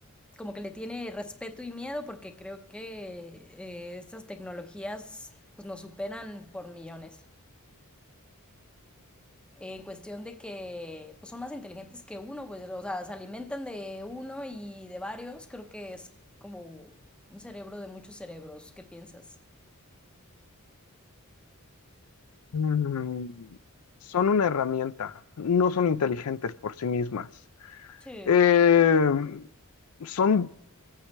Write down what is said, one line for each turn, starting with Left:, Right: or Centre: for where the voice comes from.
Centre: como que le tiene respeto y miedo porque creo que eh, estas tecnologías pues nos superan por millones. En cuestión de que pues, son más inteligentes que uno, pues, o sea, se alimentan de uno y de varios, creo que es como un cerebro de muchos cerebros. ¿Qué piensas?
Left: Mm, son una herramienta, no son inteligentes por sí mismas.
Centre: Sí.
Left: Eh, son